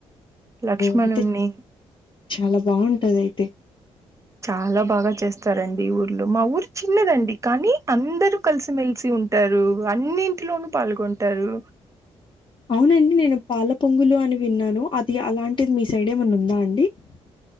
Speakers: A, on the right (about 25°); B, on the left (about 40°).
A: లక్ష్మణుణ్ణి
B: ఓ అయితే చాలా బాగుంటది అయితే
A: చాలా బాగా చేస్తారండి ఊర్లో మా ఊరు చిన్నదండి కానీ అందరరూ కలిసిమెలిసి ఉంటారు అన్నింటిలోనూ పాల్గొంటారు
B: అవునండి నేను పాల పొంగులు అని విన్నాను అద్ అది అలాంటిది మీ సైడే ఏమన్నా ఉందా అండి. అండి